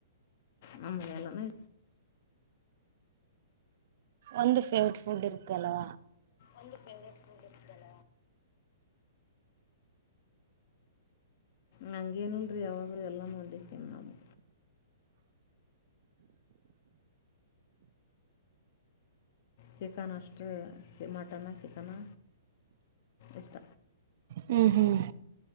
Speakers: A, on the left; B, on the right.
A: ನಮ್ಮಲೆ ಎಲ್ಲನ
B: ಒಂದು ಫೇವ್ರಟ್ ಫುಡ್ ಇಕ್ಲ್ವಾ
A: ಒಂದು ಫೇವ್ರೇಟ್ಲ್ಲ ನಂಗೇನಲ್ ರರಿ ಯಾವಾಗೂ ಎಲ್ಲ ನೋಡಿ ಸಮ್ ನಾವುು ಚಕ್ಕ ನಷ್ಟಷ್ಟ ಚ ಮಟನ್ನ ಚಿಕನ್ನ ಎಷ್ಟ
B: ಹ್ಮ್ ಹ್ಮ್